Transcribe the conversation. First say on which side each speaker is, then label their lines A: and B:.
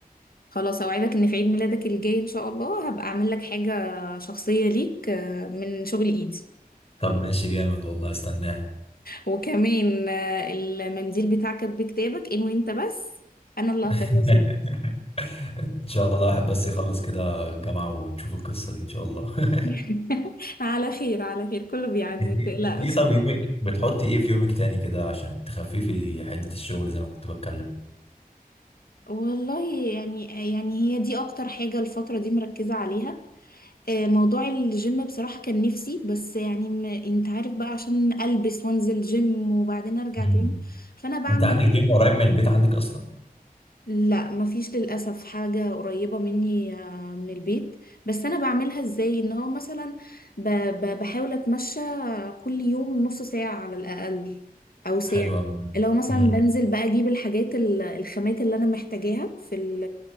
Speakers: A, on the left; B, on the left.
A: خلاص اوعدك ان في عيد ميلادك الجاي ان شاء الله هبقى اعمل لك حاجة شخصية ليك آه، من شغل ايدي
B: طب ماشي جامد والله استناها
A: وكمان آه، المنديل بتاعك بكتابك ان وانت بس انا اللي
B: <laughs>
A: هكرسهولك
B: إن شاء الله واحد بس يخلص كده الجامعة ونشوف القصة دي إن شاء الله <laughs>
A: <laughs> على خير على خير كله بيعدي
B: أنت
A: متقلقش
B: إيه طب يومك بتحطي إيه في يومك تاني كده عشان تخففي حدة الشغل زي ما كنت بتكلم
A: والله يعني يعني هي دي اكتر حاجة الفترة دي مركزة عليها آه، موضوع الجيم بصراحة كان نفسي بس يعني م- انت عارف بقى عشان ألبس وانزل جيم وبعدين ارجع
B: مم.
A: تاني فانا بعمل
B: أنت عندك جيم قريب من البيت عندك أصلا
A: لا مفيش للأسف حاجة قريبة مني آه، من البيت بس انا بعملها ازاي ان هو مثلا ب... ب... بحاول اتمشى كل يوم نص ساعة على الأقل او ساعة
B: حلو قوي ده
A: لو مثلا
B: امم
A: بنزل بقى اجيب الحاجات ال- الخامات اللي انا محتاجاها في ال...